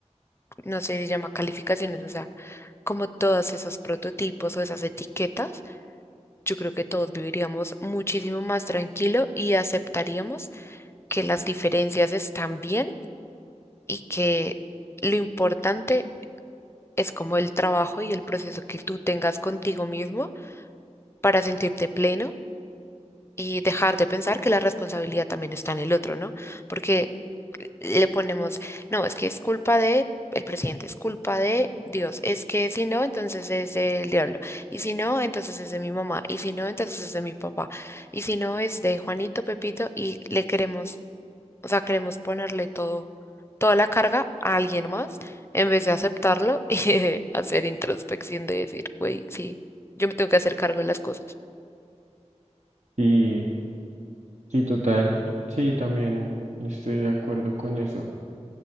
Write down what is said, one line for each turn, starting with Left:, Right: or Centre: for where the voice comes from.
Left: no sé, se llama calificaciones, o sea, como todos esos prototipos o esas etiquetas, yo creo que todos viviríamos muchísimo más tranquilo y aceptaríamos que las diferencias están bien y que... Lo importante es como el trabajo y el proceso que tú tengas contigo mismo para sentirte pleno y dejar de pensar que la responsabilidad también está en el otro, ¿no? Porque le ponemos, no, es que es culpa de el presidente, es culpa de Dios, es que si no, entonces es del diablo, y si no, entonces es de mi mamá, y si no, entonces es de mi papá, y si no, es de Juanito, Pepito, y le queremos o sea, queremos ponerle todo, toda la carga a alguien más en vez de aceptarlo <laughs> y de hacer introspección de decir, güey, sí, yo me tengo que hacer cargo de las cosas.
Right: Y sí, total, sí, también estoy de acuerdo con eso.